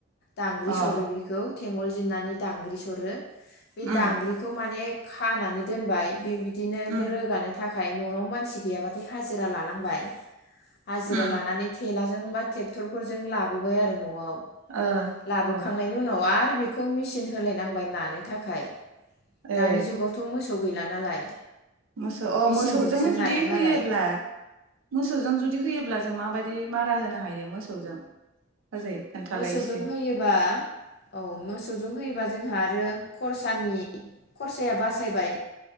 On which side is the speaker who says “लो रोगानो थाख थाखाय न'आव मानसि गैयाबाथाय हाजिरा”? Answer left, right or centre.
Left